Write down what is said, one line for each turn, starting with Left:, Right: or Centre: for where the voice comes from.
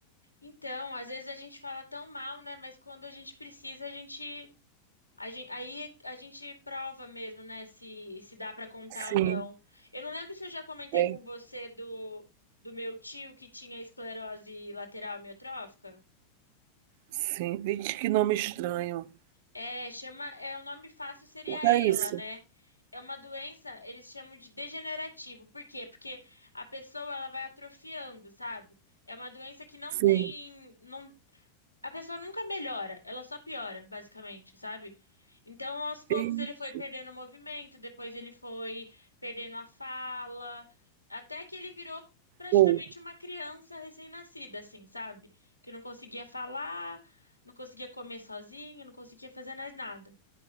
Left: Então, às vezes a gente fala tão mal, né? Mas quando a gente precisa, a gente A gen- aí a gente prova mesmo, né, se, se dá para contar
Right: Sim,
Left: ou não. Eu não lembro se eu já comentei
Right: é.
Left: com você do, do meu tio que tinha esclerose lateral amiotrófica.
Right: Sim. Vixe, que nome estranho.
Left: É, chama, é, o nome fácil seria
Right: O que é
Left: ela,
Right: isso?
Left: né? É uma doença, eles chamam de degenerativo. Por quê? Porque a pessoa ela vai atrofiando, sabe? É uma doença que não
Right: Sim.
Left: tem, não, a pessoa nunca melhora, ela só piora, basicamente, sabe? Então, aos poucos,
Right: Ixi,
Left: ele foi perdendo o movimento, depois ele foi perdendo a fala, até que ele virou praticamente
Right: foi.
Left: uma criança recém-nascida, assim, sabe? Que não conseguia falar, não conseguia comer sozinho, não conseguia fazer mais nada.